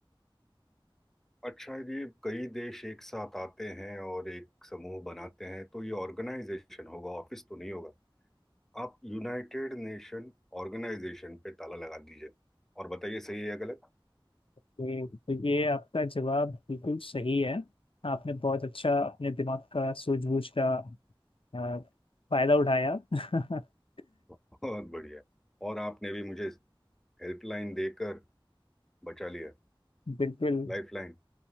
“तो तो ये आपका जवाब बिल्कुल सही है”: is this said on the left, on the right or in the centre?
Left